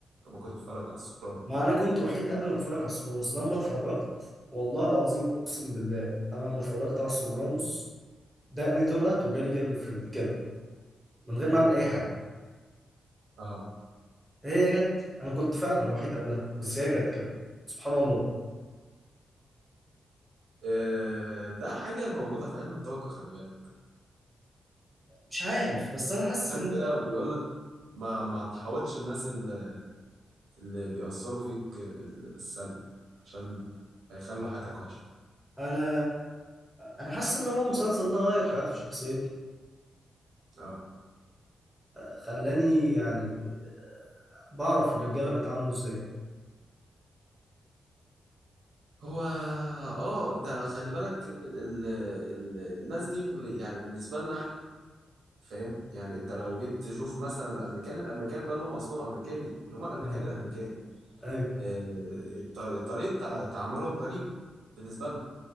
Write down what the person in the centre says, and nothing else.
ما انا كنت وحيد قبل ما اتفرج على السوبرانوس لما اتفرجت والله العظيم اقسم بالله انا لما اتفرجت على السوبرانوس دقني طلعت وجالي جل فريند كده من غير ما اعمل اي حاجه
هي جت انا كنت فعلا وحيد قبلها بس هي جت كده سبحان الله
مش عارف بس انا حاسس
ان
انا انا حاسس ان هو المسلسل ده غير حياتي في شخصيتي
خلاني يعني آه، بعرف الرجاله بيتعاملوا ازاي
اه
ايوه